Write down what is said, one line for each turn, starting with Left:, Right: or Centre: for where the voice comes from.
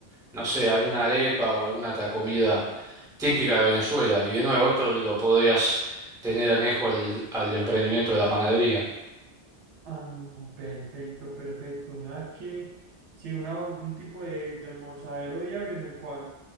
Centre: no sé, alguna arepa o alguna otra comida típica de Venezuela. Y de nuevo, esto lo podrías tener anejo al, al emprendimiento de la panadería.
Right: Ah, perfecto, perfecto. O sea que sí, una, un tipo de, de almorzadero diario en el cual,